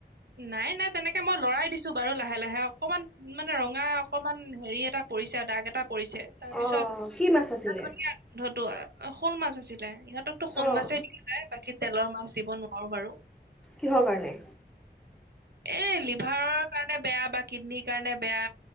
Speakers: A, on the right; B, in the centre.
A: নাই নাই তেনেকে মই লৰাই দিছোঁ বাৰু লাহে লাহে অকমান মানে ৰঙা অকমান হেৰি এটা পৰিছে দাগ এটা পৰিছে, তাৰপিছত
B: অঁ কি মাছ আছিলে
A: এ ধুনিয়া গোন্ধটো। অ' শ'ল মাছ আছিলে। ইয়াত তোকতো শ'ল
B: অঁ
A: মাছেই দি যায় বাকী তেলৰ মাছ দিব নোৱাৰোঁ বাৰু
B: কিহৰ কাৰণে?
A: এ লিভাৰৰ কাৰণে বেয়া বা কিডনীৰ কাৰণে বেয়া।